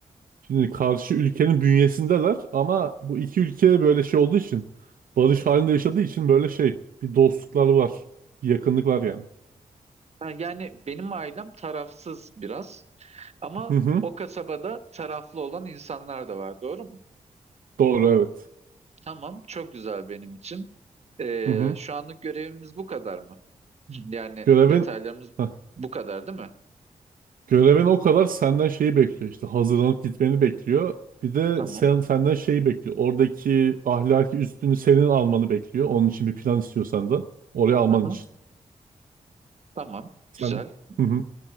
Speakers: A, on the right; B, on the right.
A: Şimdi karşı ülkenin bünyesindeler ama bu iki ülke böyle şey olduğu için barış halinde yaşadığı için böyle şey bir dostlukları var. Bir yakınlık var yani.
B: Ha, Yani benim ailem tarafsız biraz ama
A: Hı hı.
B: o kasabada taraflı olan insanlar da var. Doğru mu?
A: Doğru evet.
B: Tamam, çok güzel benim için. Ee,
A: Hı hı.
B: şu anlık görevimiz bu kadar mı? <clears throat> Yani
A: Görevin
B: detaylarımız
A: Heh.
B: bu kadar değil mi?
A: görevin o kadar senden şeyi bekliyor işte hazırlanıp gitmeni bekliyor. Bir de
B: Tamam.
A: sen senden şeyi bekliyor. Oradaki ahlaki üstünü senin almanı bekliyor. Onun için bir plan istiyor senden. Oraya alman
B: Aha,
A: için.
B: tamam,
A: Sen
B: güzel.
A: hı hı.